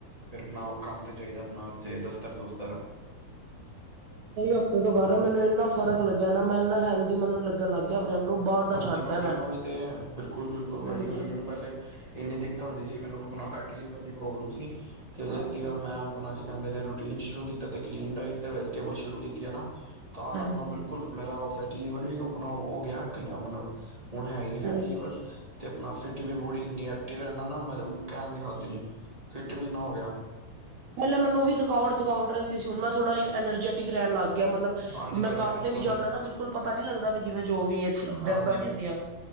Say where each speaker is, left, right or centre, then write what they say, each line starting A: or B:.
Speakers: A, on the right; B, on the right.
A: ਫਿਰ ਆਪਣਾ ਉਹ ਕੰਮ ਤੇ ਜਾਈਦਾ ਆਪਣਾ ਉੱਥੇ ਦਫਤਰ ਦੁਫਤਰ।
B: ਹਫ਼ਤੇ ਤੋਂ ਕਰ ਮੈਨੂੰ ਇੰਨਾ ਫ਼ਰਕ ਲੱਗਿਆ ਨਾ। ਮੈਂ ਇੰਨਾ ਹੈਲਦੀ ਮਤਲਬ ਲੱਗ ਗਿਆ ਆਪਣੇ‌ ਆਪ ਨੂੰ ਬਾਹਰ ਦਾ
A: ਹਾਂਜੀ
B: ਛੱਡਤਾ
A: ਭਾਜੀ
B: ਮੈਂ
A: ਮੈਂਵੀ ਤੇ ਐ ਬਿਲਕੁਲ-ਬਿਲਕੁਲ ਭਾਜੀ
B: ਹਾਂਜੀ
A: ਹੁਣ ਪਹਿਲੇ ਇੰਨੀ ਦਿੱਕਤਾਂ ਹੁੰਦੀ ਸੀ। ਮੈਨੂੰ ਆਪਣਾ ਫੈਟੀ ਲਿਵਰ ਦੀ ਪ੍ਰੋਬਲਮ ਸੀ ਤੇ ਜਤੀ
B: ਹਾਂਜੀ
A: ਮੈਂ ਆਪਣਾ ਕਹਿਦੇ ਨੇ ਰੂਟੀਨ ਸ਼ੁਰੂ ਕੀਤਾ ਤੇ ਕਲੀਨ ਡਾਈਟ ਤੇ ਵੈਜੀਟੇਬਲ ਸ਼ੁਰੂ ਕੀਤੀ ਐ ਨਾ। ਤਾਂ-ਤਾਂ
B: ਹਾਂਜੀ
A: ਆਪਣਾ ਬਿਲਕੁਲ ਮੇਰਾ ਫੈਟੀ ਲੀਵਰ ਵੀ ਆਪਣਾ ਹੋ ਗਿਆ। ਹੁਣ ਹੈਅ ਨੀ ਫੈਟੀ
B: ਸਹੀ
A: ਲੀਵਰ। ਤੇ ਆਪਣਾ ਫਿਟ ਵੀ ਬੋਡੀ ਇੰਨੀ ਐਕਟਿਵ ਰਹਿੰਦਾ ਕਹਿਣ ਦੀ ਹੱਦ ਨੀ। ਫਿਟ ਮਹੀਨਾ ਹੋ ਗਿਆ
B: ਪਹਿਲੇ ਮੈਨੂੰ ਵੀ ਥਕਾਵਟ-ਥਕਾਵਟ ਰਹਿੰਦੀ ਸੀ। ਹੁਣ ਮੈਂ ਥੋੜਾ ਅਨਰਜੈਟ ਠੀਕ ਰਹਿਣ ਲੱਗ ਗਿਆ ਮਤਲਬ
A: ਹਾਂਜੀ ਭਾਜੀ
B: ਮੈਂ ਕੰਮ
A: ਬਿਲਕੁਲ
B: ਤੇ ਵੀ ਜਾਂਨਾ ਨਾ ਬਿਲਕੁਲ ਪਤਾ ਨੀ ਲੱਗਦਾ ਵੀ ਜਿਵੇਂ ਜੋ ਵੀ ਐ
A: ਹਾਂਜੀ-ਹਾਂਜੀ
B: ਦਰਦਾਂ ਨੀ ਹੁੰਦੀਆਂ